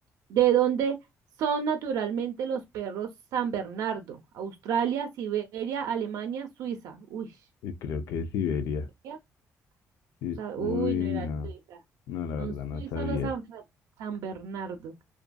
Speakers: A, on the right; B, on the left.
A: ¿De dónde son naturalmente los perros San Bernardo? Australia, Siberia, Alemania, Suiza. Uy.
B: eh, Creo que Siberia.
A: ¿Siberia?
B: Sí.
A: O sea,
B: Uy,
A: uy, no era
B: no.
A: Suiza.
B: No, la
A: Son
B: verdad,
A: suizos
B: no sabía.
A: los San, Fer- San Bernardo.